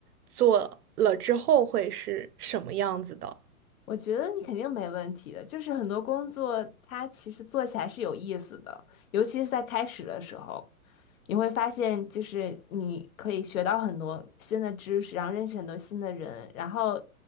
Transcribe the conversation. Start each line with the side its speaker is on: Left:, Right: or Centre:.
Right: 做了之后会是什么样子的。
Left: 我觉得你肯定没问题的，就是很多工作它其实做起来是有意思的，尤其是在开始的时候，你会发现，就是你可以学到很多新的知识，然后认识很多新的人，然后